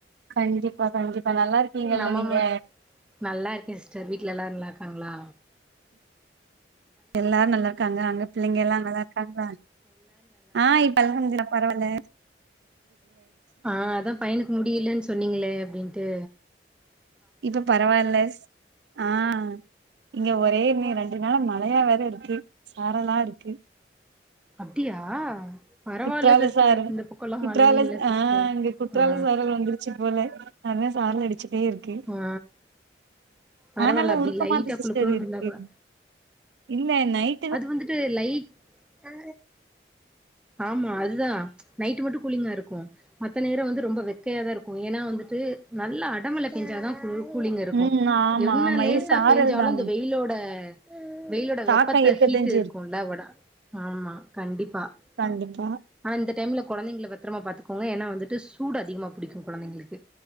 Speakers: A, on the right (about 70°); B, in the centre.
A: கண்டிப்பா கண்டிப்பா நல்லா இருக்கீங்கல்ல
B: நம்ம
A: நீங்க
B: மட் நல்லா இருக்கே சிஸ்டர் வீட்ல எல்லாரு நல்லார்க் பாங்ளா
A: எல்லாரு நல்லா இருக்காங்க அங்க பிள்ளைங்கெல்லா நல்லா இருக்காங்களா ஆ இப்ப <unintelligible> பரவல்ல
B: ஆஹ் அதான் பையனுக் முடியல சொன்னீங்களே அப்டின்டு
A: இப்ப பரவாயில்லஸ் ஆஹ் இங்க ஒரே ரெண்டு நாளா மா ழையா வேற இருக்கு சாரலா இருக்கு
B: அப்டியா பரவால்ல
A: குற்றால
B: சிஸ்டர்
A: சாரல்
B: இந்த பக்கோல்லா
A: குற்றால
B: மழையே இல்ல சிஸ்டர்
A: ஆஹ் இங்க குற்றால
B: ஆ
A: சாரல் வந்துருச்சு போல அதா <unintelligible> ச்சுட்டே இருக்கு
B: ஆ பரவால்ல
A: ஆனாலு
B: அப்டி
A: உருக்கமாதா
B: லைட்டா
A: சிஸ்டர்
B: குளு குளுன்னு
A: இருக்கு
B: இருந்தா கூட
A: இல்ல நைட்
B: அது வந்துட்டு லைட் ஆ ஆமா அதுதா நைட் மட்டு கூலிங்கா இருக்கு மத்த நேரம் வந்து ரொம்ப வெக்கையாதா இருக்கும் ஏன்னா வந்துட்டு நல்லா அட மழ பேஞ்சாதா கூ கூலிங்கு இருக்கும்
A: ம் ஆமா
B: என்ன
A: ஆமா
B: லேசா
A: இது சாரல்
B: பேஞ்சாலும்
A: தான
B: இந்த வெயிலோட வெயிலோட
A: தாக்கோ
B: வெப் அப்பத்த
A: இருக்கத்தஞ்சு
B: ஹீட் இருக்கும்ல
A: இருக்கு
B: உட ஆமா கண்டிப்பா
A: கண்டிப்பா
B: ஆ ஆனா இந்த டைம்ல கொழந்தைங்கள பத்திரமா பாத்துக் போங்க ஏன்னா வந்துட்டு சூடு அதிகமா புடிக்கு கொழந்தைங்களுக்கு